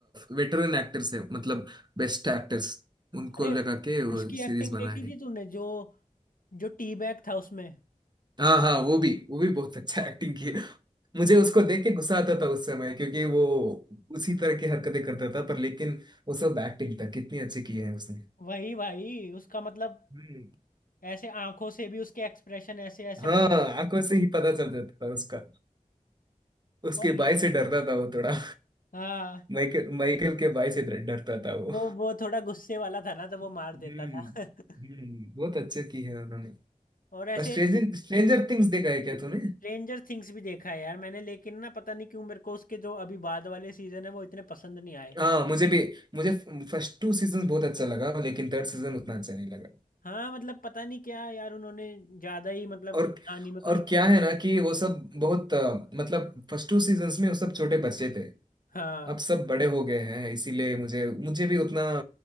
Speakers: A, on the right; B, on the left.
A: वेटरन एक्टर्स है मतलब बेस्ट एक्टर्स उनको
B: अरे
A: लगा के वो
B: उसकी
A: सीरीज
B: एक्टिंग
A: बना
B: देखी
A: है
B: थी तूने जो जो टी बैग था उसमें
A: हाँ हाँ वो भी वो भी बहुत अच्छा एक्टिंग की है मुझे
B: उस
A: उसको देख के गुस्सा आता था उस समय क्योंकि वो उसी तरह की हरकतें करता था पर लेकिन वो सब एक्टिंग था कितनी अच्छी की है उसने
B: वही भाई उसका मतलब
A: हम्म
B: ऐसे आंखों से भी उसके एक्सप्रेशन ऐसे ऐसे
A: हाँ
B: बन
A: आंखों से ही पता चल जाता था उसका उसके
B: और
A: बाई से डरता था वो थोड़ा
B: हाँ
A: माइकल माइकल के बाई से डर- डरता था वो
B: वो वो थोड़ा गुस्से वाला था ना तो वो
A: हम्म
B: मार देता था <laughs>
A: हम्म बहुत अच्छे की है उन्होंने
B: और ऐसे
A: स्ट्रेंजर स्ट्रेंजर थिंग्स देखा है क्या तूने
B: स्ट्रेंजर थिंग्स भी देखा है यार मैंने लेकिन ना पता नहीं क्यों मेरे को उसके जो अभी बाद वाले सीजन है वो इतने पसंद नहीं आए
A: हाँ मुझे भी मुझे फर्स्ट टू सीजन बहुत अच्छा लगा लेकिन थर्ड सीजन उतना अच्छा नहीं लगा
B: हाँ मतलब पता नहीं क्या यार उन्होंने ज्यादा ही मतलब
A: और
B: कहानी में कुछ
A: और
B: भी
A: क्या
B: कर- लिया।
A: है ना कि वो सब बहुत अ, मतलब फर्स्ट टू सीजन्स में वो सब छोटे बच्चे थे
B: हाँ
A: अब सब बड़े हो गए हैं इसीलिए मुझे मुझे भी उतना